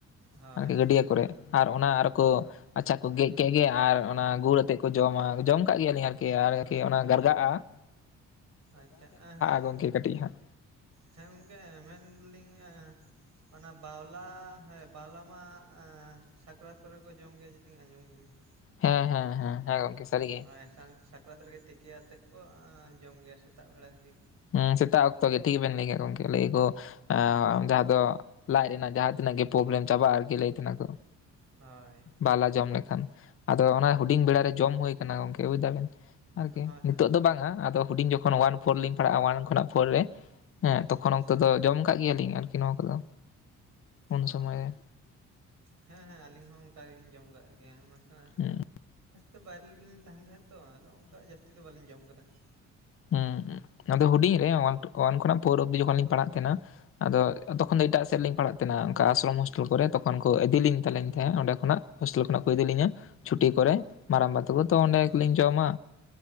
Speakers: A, on the right; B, on the left.
A: ᱦᱳᱭ
B: ᱟᱨᱠᱤ ᱜᱟᱹᱰᱭᱟᱹ ᱠᱚᱨᱮ, ᱟᱨ ᱚᱱᱟ ᱟᱨᱠᱚ ᱟᱪᱪᱷᱟ ᱠᱚ ᱜᱮᱫ ᱠᱮᱫ ᱜᱮ ᱟᱨ ᱚᱱᱟ ᱜᱩᱲ ᱟᱛᱮᱮᱫ ᱠᱚ ᱡᱚᱢᱟ ᱡᱚᱢ ᱠᱟᱜ ᱜᱮᱭᱟᱞᱤᱧ ᱟᱨᱠᱤ ᱾ᱟᱨ ᱠᱤ ᱚᱱᱟ ᱜᱟᱨᱜᱟᱜᱼᱟ ᱾
A: ᱟᱪᱪᱷᱟ ᱦᱮᱸ
B: ᱜᱚᱝᱠᱮ ᱠᱟᱹᱴᱤᱡ ᱦᱟᱸᱜ
A: ᱦᱮᱸ ᱜᱚᱝᱠᱮ ᱢᱮᱱ ᱮᱫᱟᱞᱤᱧ, ᱚᱱᱟ ᱵᱟᱣᱞᱟ ᱦᱮᱸ ᱵᱟᱣᱞᱟ ᱢᱟ ᱥᱟᱠᱨᱟᱛ ᱠᱚᱨᱮ ᱠᱚ ᱡᱚᱢ ᱜᱮᱭᱟ ᱪᱮᱛᱟᱧ ᱟᱸᱡᱚᱢ ᱜᱤᱭᱟᱹᱧ ᱾
B: ᱦᱮᱸ ᱦᱮᱸ ᱦᱮᱸ ᱦᱮᱸ ᱜᱚᱝᱠᱮ ᱥᱟᱹᱨᱤᱜᱮ
A: ᱦᱳᱭ ᱥᱟ ᱥᱟᱠᱨᱟᱛ ᱨᱮᱜᱮ ᱛᱮᱠ ᱤᱠᱮᱭᱟᱛᱮᱫ ᱠᱚ ᱡᱚᱢ ᱜᱮᱭᱟ ᱥᱮᱛᱟᱜ ᱵᱮᱲᱟ ᱨᱮᱜᱮ ᱾
B: ᱦᱮᱸ ᱥᱮ ᱛ ᱚᱠᱛ ᱜᱮ ᱴᱷᱤᱠ ᱟᱠᱟ ᱞᱟ. ᱭ ᱟᱠᱟᱜ ᱠᱚᱣᱟ ᱜᱚᱢᱠᱮ, ᱞᱟᱹᱭᱟ ᱠᱚ ᱡᱟᱦᱟᱸ ᱫᱚ ᱞᱟᱡ ᱨᱮᱱᱟᱜ ᱡᱟᱦᱟᱸ ᱛᱤᱱᱟᱹᱜ ᱜᱮ ᱯᱨᱚᱵᱞᱮᱢ ᱪᱟᱵᱟᱜᱼᱟ, ᱟᱨᱠᱤ ᱞᱟᱹᱭ ᱛᱮᱱᱟᱜ ᱠᱚ ᱾
A: ᱦᱳᱭ,
B: ᱵᱟᱞᱟ ᱡᱚᱢ ᱞᱮᱠᱷᱟᱱ ᱟᱫᱚ ᱚᱱᱟ ᱦᱩᱰᱤᱧ ᱵᱮᱲᱟ ᱨᱮ ᱡᱚᱢ ᱦᱩ ᱟᱠᱟᱱᱟ ᱜᱚᱝᱠᱮ ᱵᱩ ᱫᱟᱵᱮᱱ ᱾ ᱟᱨᱠᱤ
A: ᱦᱳᱭ
B: ᱱᱤᱛᱚᱜ
A: ᱦᱳᱭ
B: ᱫᱚ ᱵᱟᱝᱼᱟ ᱾ᱟᱫᱚ ᱦᱩᱰᱤᱧ ᱡᱚᱠᱷᱚᱱ ᱚᱣᱟᱱ ᱯᱷᱳᱨ ᱞᱤᱧ ᱯᱟᱲᱦᱟᱜᱼᱟ ᱚ ᱠᱷᱚᱱᱟᱜ ᱯᱷᱳᱨ ᱨᱮ ᱦᱮᱸ ᱛᱚᱠᱷᱚᱱ
A: ᱟᱪᱪᱷᱟ
B: ᱚᱠᱛᱚ ᱫᱚ ᱡᱚᱢ ᱟᱠᱟᱟᱜ ᱜᱮᱭᱟᱞᱤᱤᱧ ᱟᱨᱠᱤ ᱱᱚᱣᱟ ᱠᱚᱫᱚ ᱩᱱ
A: ᱚ
B: ᱥᱚᱢᱚᱭ ᱾
A: ᱦᱮᱸ ᱦᱮᱸ ᱟᱹᱞᱤᱧ ᱦᱚᱸ ᱚᱱᱠᱟ ᱜᱮᱞᱤᱧ ᱡᱚᱢ ᱠᱟᱜ ᱜᱮᱭᱟ ᱢᱮᱱᱠᱷᱟᱱ,
B: ᱦᱩᱸ
A: ᱚ ᱵᱟᱭᱨᱮ ᱨᱮ ᱜᱮᱞᱤᱧ ᱛᱟᱦᱮᱱ ᱛᱟᱦᱮᱸᱫ ᱛᱚ ᱟᱫᱚ ᱚᱱᱠᱟ ᱡᱟᱹᱥᱛᱤ ᱫᱚ ᱵᱟᱞᱤᱧ ᱡᱚᱢ ᱠᱟᱫᱟ ᱾
B: ᱦᱮᱸ ᱟᱫᱚ ᱦᱩᱰᱤᱧ ᱨᱮ ᱚᱣᱟᱱ ᱠᱷᱚᱱᱟᱜ ᱯᱷᱳᱨ ᱚᱵᱫᱤ ᱡᱚᱠᱷᱚᱱ ᱞᱤᱧ ᱯᱟᱲᱦᱟᱜ ᱛᱟᱦᱮᱸᱱᱟ ᱟᱫᱚ ᱛᱚᱠᱷᱚᱱ ᱫᱚ ᱮᱴᱟᱜ ᱥᱮᱫ ᱞᱤᱧ ᱯᱟᱲᱦᱟᱜ ᱚᱱᱠᱟ ᱟᱥᱨᱚᱢ ᱦᱳᱥᱴᱮᱞ ᱠᱚᱨᱮ ᱛᱚᱠᱷᱚᱱ ᱠᱚ ᱤᱫᱤᱞᱤᱧ ᱛᱟᱞᱤᱧ ᱛᱟᱦᱮᱸᱫ, ᱚᱸᱰᱮ ᱠᱷᱚᱱ ᱦᱳᱥᱴᱮᱞ ᱠᱷᱚᱱᱟᱜ ᱫᱟᱞᱤᱧᱟ ᱪᱷᱩᱴᱤ ᱠᱚᱨᱮ ᱢᱟᱨᱟᱝᱵᱟ ᱛᱟᱠᱚ ᱛᱚ ᱚᱸᱰᱮ
A: ᱦᱳᱭ
B: ᱜᱮᱞᱤᱧ ᱡᱚᱢᱟ,